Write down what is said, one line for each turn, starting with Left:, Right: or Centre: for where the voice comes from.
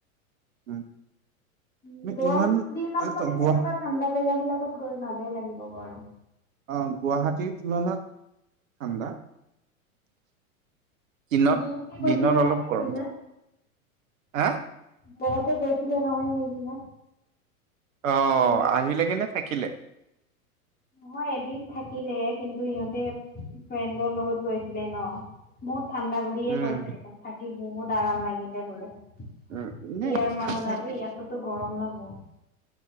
Right: উম,
Left: উ
Right: মানে
Left: গৰম
Right: ইমান
Left: দিনত
Right: যে
Left: মানে
Right: ত- গুৱা
Left: তেনেকুৱা ঠাণ্ডা জেগা বিলাকত গৈ ভালে লাগিব বাৰু।
Right: অ গুৱাহাটীৰ তুলনাত ঠাণ্ডা। দিনত
Left: বহুতে গৈছিলে
Right: দিনত অলপ
Left: নহয়
Right: গৰম
Left: সেইদিনা
Right: জে হাঁ
Left: বহুতে গৈছিলে নহয় সেইদিনা
Right: অ
Left: এদিনাখন।
Right: আহিলে গে নে থাকিলে?
Left: নহয় এদিন থাকিলে, কিন্তু সিহঁতে ফ্ৰেণ্ডৰ লগত গৈছিলে ন? বহুত ঠাণ্ডা বুলিয়ে
Right: উম
Left: কৈছে দেখোন। থাকি বহুত আৰাম লাগিলে বোলে। ইয়াৰ
Right: উম নে
Left: মানত
Right: মানে
Left: আৰু ইয়াতোতো গৰম ন বহুত।